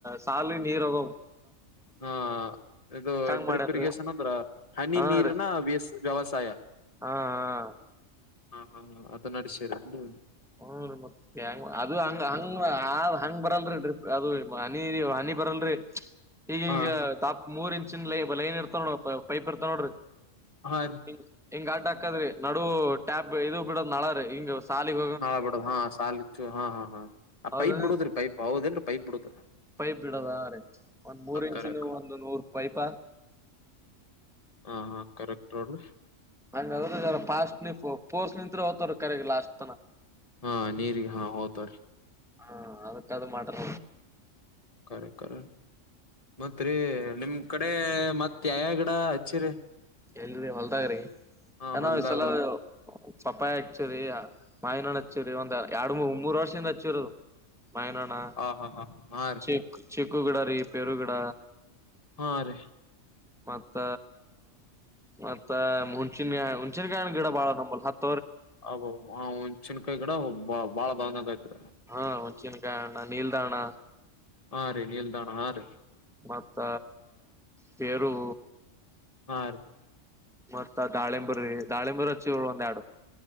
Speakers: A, in the centre; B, on the left.
A: ಸಾಲಿ ನೀರ್ ಹೋಗ
B: ಹ ಇದು
A: ಹಂಗ್
B: ಡ್ರಿಪ್
A: ಮಾಡ್ಯನ್ರಿ
B: ಇರಿಗೇಶನ್ ಅಂದ್ರ ಹನಿ
A: ಹಾ
B: ನೀರನ
A: ರೀ
B: ವೇಸ್ ವ್ಯವಸಾಯ.
A: ಹಾ ಹಾ.
B: ಹಾ ಹಾ ಹ ಅದು ನಡಸೀರ ನೀ.
A: ಹ ಮತ್ತ ಅದು ಹಂಗ ಹಂಗ ಆದ್ ಹಂಗ್ ಬರಲ್ರಿ ಡ್ರಿಪ್ ಅದು ಹನಿ. ಬರಲ್ರಿ ಈಗಗ
B: ಹ
A: ತಾ ಮೂರ್ ಇಂಚೈ ಲೈನ್ ಇರ್ತ ನೋಡ ಪೈಪ್ ಇರ್ತ ನೋಡ್ರಿ.
B: ಹಾ
A: ಹ ಹಿಂಗ ಅಡ್ ಹಾಕದ್ರಿ ನಡು ಟ್ಯಾಪ್ ಇದು ಬಿಡದ ನಳರಿ ಹಿಂಗ ಸಾಲಿಗ.
B: ನಾಳ ಬಿಡದ ಹಾ ಸಾಲಚ್ಚು ಹಾ ಹಾ ಹಾ ಆ
A: ಹೌದ
B: ಪೈಪ್ ಬಿಡುದ ರಿ ಪೈಪ್ ಹೌದಲ್ರರಿ ಪೈಪ್ ಬಿಡುದ ರಿ.
A: ಪೈಪ್ ಬಿಡೋದ ರೀ ಒಂದ್ ಮೂರ್ ಇಂಚಿನ
B: ಕರೆಕ್ಟ್
A: ಒಂದ ನೂರ್ ಪೈಪ.
B: ಹಾ ಹಾ ಕರೆಕ್ಟ್ ರಡ್ರ.
A: ಹಂಗದ ಫಾಸ್ಟ್ ನೀಫೋರ್ಸ್ ನಿತ್ ಹತಾರ ಕರೆಗೆ ಲಾಸ್ಟ್ ತನ.
B: ಹಾ ನೀರಿ ಹಾ ಹೋಗತ್ರರಿ.
A: ಹಾ ಅದಕ್ಕಾದ ಮಾಡಟ.
B: ಕರೆ ಕರೆ ಮತ್ರಿ ನಿಮ್ ಕಡೆ ಮತ್ತ ಯಾವ ಗಿಡ ಹಚ್ಚಿರಿ.
A: ಎಲ್ರಿ ಹೊಲ್ದಾಗ್ರಿ
B: ಹಾ
A: ಏನೋ
B: ಹೊಲ್ದಾಗ
A: ಈ ಸಲ ಪಪಾಯ ಹಚ್ಚುರಿ. ಮಾಯಿನ ಹಣ್ಣ ಹಚ್ಚೂರಿ ಒಂದ್ ಎರಡು ಮೂ ಮೂರು ವರ್ಷದಿಂದ ಹಚ್ಚೂರುದು. ಮಾವಿನ ಹಣ್ಣ
B: ಹ ಹಾ ಹಾ ಹಾ ರೀ
A: ಚಿ ಚಿಕ್ಕು ಗಿಡ ರೀ ಪೇರುಗಿಡ.
B: ಹಾ ರೀ.
A: ಮತ್ತ ಮತ್ತ ಹುಣಚನ್ಗಿ ಹುಣಚನ್ಗಾಯಿ ಗಿಡ ಬಾಳ ನಲ್ ಹತ್ತ
B: ಹಬ ಒಂದ್ ಚಿನ್ ಕಾಯಿ ಕಡೋಗ ಬಾಳ ಬಂಗ ಆಐತ್ರಿ.
A: ಹಾ ಹಂಚಿನಕಾಯ ಅಣ್ಣ ನೀಲ್ದ ಅಣ್ಣ.
B: ಹಾ ರೀ ನಿಲ್ದ ಹಣ್ಣ ಹಾ ರೀ.
A: ಮತ್ತ ಪೇರು.
B: ಹಾ ರೀ.
A: ಮತ್ತತ್ ದಾಳಿಂಬರಿ ದಾಳಿಂಬರು ಹಚ್ಚಿರು ಒಂದ ಎರಡ.